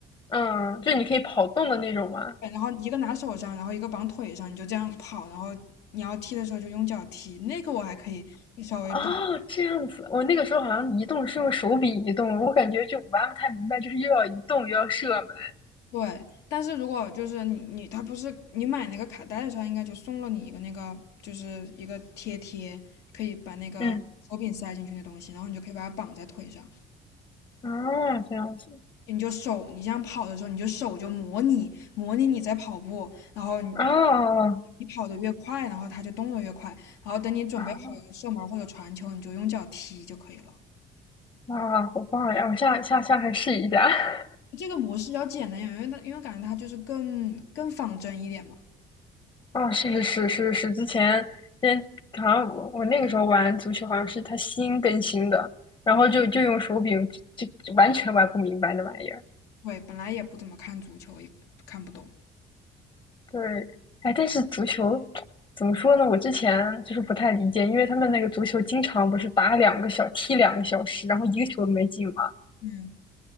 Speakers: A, on the left (about 30°); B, on the left (about 85°).
A: 嗯，就你可以跑动的那种吗？
B: 对，然后一个拿手上，然后一个绑腿上，你就这样跑，然后你要踢的时候就用脚踢，那个我还可以稍微懂。
A: 哦，这样子，我那个时候好像移动是用手柄移动，我感觉就玩不太明白，就是又要移动又要射门。
B: 对，但是如果就是你你他不是你买那个卡带的时候，它应该就送了你一个那个就是一个贴贴，可以把那个手柄塞进去的东西，
A: 嗯，
B: 然后你就可以把它绑在腿上。
A: 哦，这样子，
B: 你就手，你这样跑的时候，你就手就模拟模拟你在跑步，然后你
A: 哦，
B: 你跑得越快，然后它就动得越快，然后等你准备好射门或者传球，
A: 啊，
B: 你就用脚踢就可以了。
A: 哇，好棒呀！我下下下回试一下。<laughs>
B: 这个模式要简单一点，因为它因为感觉它就是更更仿真一点嘛。
A: 哦，是是是是是，之前之前好像我我那个时候玩足球，好像是它新更新的，然后就就用手柄就就完全玩不明白那玩意儿。
B: 对，本来也不怎么看足球，也看不懂。
A: 对，哎，但是足球怎么说呢？我之前就是不太理解，因为他们那个足球经常不是打两个小，踢两个小时，然后一个球都没进嘛。
B: 嗯，